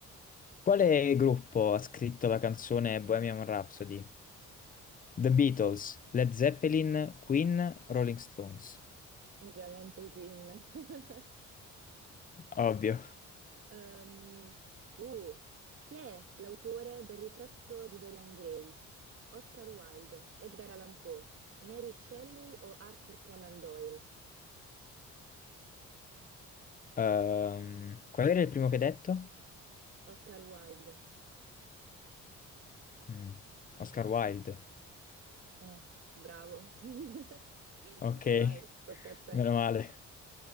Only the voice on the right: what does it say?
Ovviamente i Queen. <laughs>
Ehm, uh, chi è l'autore del ritratto di Dorian Gray? Oscar Wilde, Edgar Allan Poe, Mary Shelley o Arthur Conan Doyle?
Oscar Wilde.
Mm, Bravo. <laughs>
Vai, tocca a te.